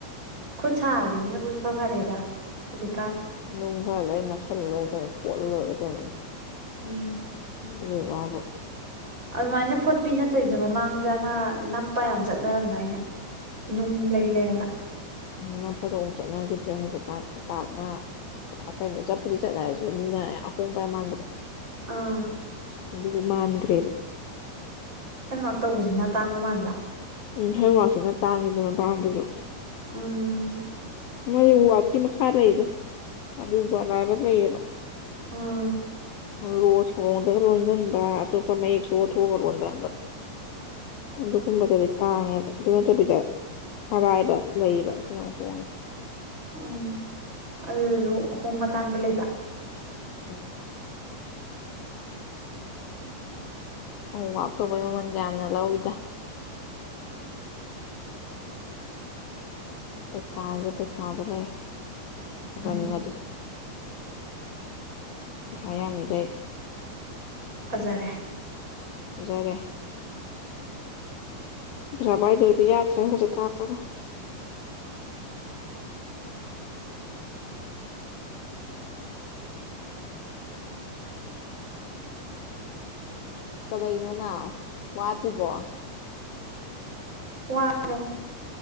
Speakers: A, on the right; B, on the left.
A: ꯈꯨꯠ ꯁꯥ ꯍꯥꯏꯕꯁꯤꯅꯕꯨꯣꯏ ꯐ ꯐꯔꯦꯗ ꯍꯧꯖꯤꯛꯀꯥꯟ
B: ꯅꯨꯡ ꯈꯔ ꯂꯩ ꯑꯩ ꯅꯞꯁꯜꯂ ꯂꯣꯏꯔꯦ ꯀꯩꯅꯣ ꯐꯣꯠꯂ ꯂꯣꯏꯔꯦ ꯀꯩꯅꯣ
A: ꯎꯝ
B: ꯑꯗꯨ ꯋꯥꯕ
A: ꯑꯗꯨꯃꯥꯏꯅ ꯐꯣꯠꯄꯤ ꯅꯠꯇꯕꯤꯗꯣ ꯃꯃꯥꯡꯗ ꯑꯃ ꯅꯞꯄ ꯌꯥꯝ ꯆꯠꯅꯔꯝꯗꯥꯏꯅꯦ ꯅꯨꯡ ꯂꯩ ꯂꯩꯔꯒ
B: ꯉ ꯄ ꯍ ꯆꯠꯅꯈꯤꯗ꯭ꯔꯦ ꯍꯧꯖꯤꯛꯀꯥꯟ ꯄꯥꯛ ꯉꯥ ꯀꯩꯅꯣ ꯆꯠꯄꯨꯗꯤ ꯆꯠꯂ ꯍꯥꯏꯔꯁꯨ ꯃꯤꯅ ꯑꯍꯣꯡꯕ ꯃꯥꯟꯕꯗꯣ
A: ꯑꯥ
B: ꯑꯗꯨꯕꯨ ꯃꯥꯟꯈ꯭ꯔꯦꯕ
A: ꯍꯦꯟꯋꯥꯔꯛ ꯇꯧꯕꯁꯤꯅ ꯇꯥꯡ ꯃꯃꯥꯟꯗ
B: ꯎꯝ ꯍꯦꯋꯥꯛꯁꯤꯅ ꯇꯥꯡꯉꯤꯗꯅ ꯇꯥꯡꯕꯁꯨ
A: ꯎꯝ
B: ꯃꯣꯏ ꯎꯋꯥꯛꯀꯤ ꯃꯈꯥ ꯂꯩꯗ ꯑꯗꯨ ꯑꯔꯥꯏꯕ ꯂꯩꯌꯦꯕ
A: ꯑꯥ
B: ꯔꯣꯁ ꯀꯗꯒ ꯔꯣꯖꯗꯥ ꯇ ꯃ ꯊ ꯊꯒ ꯔꯣꯗꯥ ꯑꯗꯨꯒ ꯀꯨꯝꯕꯗꯗꯤ ꯇꯥꯡꯉꯦꯕ ꯑꯗꯨꯅꯠꯇ ꯄꯗ ꯑꯔꯥꯏꯕ ꯂꯩꯌꯦꯕ ꯑꯗꯨꯅ ꯑꯃꯨꯛ ꯍꯣꯡꯉꯦ
A: ꯎꯝ ꯑꯗꯨꯁꯨ ꯑꯍꯣꯡꯕ ꯃꯇꯇꯥꯡꯕ ꯂꯩꯕ
B: ꯎꯝ ꯑꯣ ꯋꯥꯛ ꯇꯧꯕꯩ ꯃꯃꯜ ꯀꯌꯥꯝꯅ ꯂꯧꯏꯤꯗ ꯄꯩꯁꯥꯥꯁꯦ ꯄꯩꯁꯥꯗ꯭ꯔꯦ ꯐꯖꯅꯤꯡꯉꯗꯤ
A: ꯎꯝ
B: ꯁꯌꯥꯃꯤꯔꯩ
A: ꯐꯖꯔꯦ
B: ꯑꯣꯖꯥꯔꯦ ꯐꯔꯕ ꯏꯗꯔꯗꯤ ꯌꯥꯗꯔꯦ ꯍꯧꯁꯦ ꯀꯥ ꯇꯅ ꯀꯗꯩꯅꯣꯅ ꯋꯥꯠꯇ꯭ꯔꯤꯕꯣ
A: ꯋꯥꯔꯦ